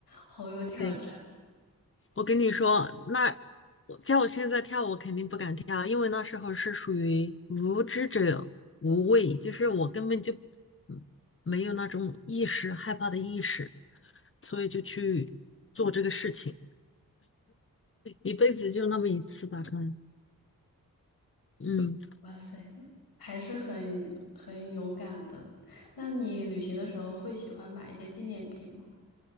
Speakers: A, on the left; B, on the left.
A: 好有挑战，
B: 对，我跟你说，那我叫我现在跳，我肯定不敢跳，因为那时候是属于无知者无畏，就是我根本就嗯没有那种意识，害怕的意识，所以就去做这个事情，一辈子就那么一次吧，可能，嗯。
A: 哇塞，还是很很勇敢的。那你旅行的时候会喜欢买一些纪念品吗？